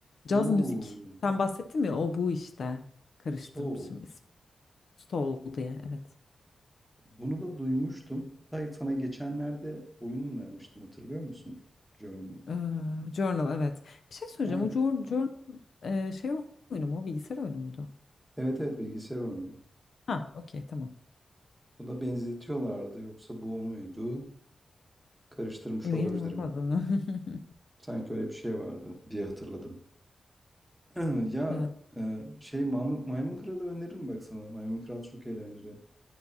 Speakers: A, on the left; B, in the centre.
A: Caz
B: Oo,
A: müzik. Sen bahsettin ya o bu işte. Karıştırmışım
B: Soul.
A: ismi. Soul diye evet.
B: Bunu da duymuştum. Hatta sana geçenlerde oyunun vermiştim hatırlıyor musun? Journey.
A: Ee, journal evet. Bir şey söyleyeceğim.
B: Evet.
A: O jour- journal e, şey oyunu mu? Bilgisayar oyunu muydu?
B: Evet evet bilgisayar oyunu.
A: Ha, okey tamam.
B: Buna benzetiyorlardı yoksa bu o muydu? Karıştırmış
A: Emin
B: olabilirim.
A: olmadın. <laughs>
B: Sanki öyle bir şey vardı diye hatırladım. <clears throat> Ya
A: Ha,
B: e, şey Maymun, Maymun Kralı öneririm bak sana. Maymun Kral çok eğlenceli.